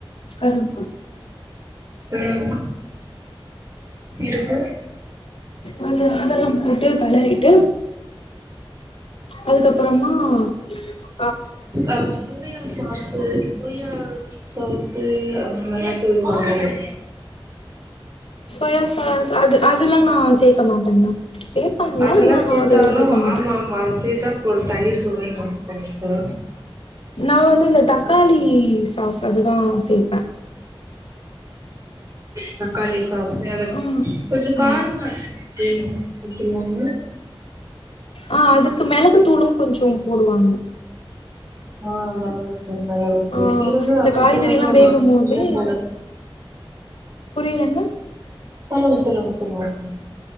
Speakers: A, on the left (about 80°); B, on the right (about 35°).
A: கழுவனும்
B: ம் பிறகு
A: அதெல்லாம் போட்டு கலரிட்டு அதுக்கப்பறமா <unintelligible>
B: அது சோயா சாசு சோயா <inaudible> சொல்லுவாங்கல்ல
A: சோயாசாஸ் அது அதெல்லாம் நான சேர்க்க மாட்டேன்ங்க சேர்பாங்க
B: அதெல்லா
A: நான
B: சேத்தாலு
A: அது சேர்க்க மாட்டேன்
B: ஆமா ஆமா அது சேத்தா ஒரு தனி சுவைும் ஆ
A: நான வந்து இந்த தக்காளி சாஸ் அதுதான் சேர்ப்பேன்
B: தாக்காளி சாஸ் சமையல்
A: ஆ
B: கொஞ்சம்
A: ஆ
B: காரமா இருக்குல்ல
A: ஆ அதுக்கு மிளகு தூளும் கொஞ்சம் போடுவாங்க
B: ஆ <inaudible> மேலத்துது
A: ஆ
B: பீரகு
A: இந்த
B: அதுன்
A: காய்கறில்லா
B: பீரகு என்
A: வேகும் போது
B: இ போ
A: புரியலங்க
B: சொல்லுங்க சொல்லுங்க சொல்லுங்க சொல்லுங்க